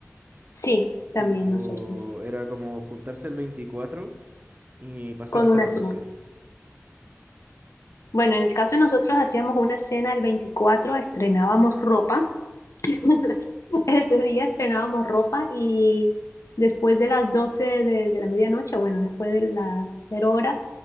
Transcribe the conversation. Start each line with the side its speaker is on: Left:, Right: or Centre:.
Left: Sí, también
Right: Tipo,
Left: nosotros,
Right: era como juntarse el 24 y pasar
Left: con
Right: hasta
Left: una
Right: las
Left: cena.
Right: 12.
Left: Bueno, en el caso de nosotros hacíamos una cena el 24. estrenábamos ropa. <laughs> <laughs> Ese día estrenábamos ropa y después de las 12 de, de la medianoche, bueno, después de las cero horas,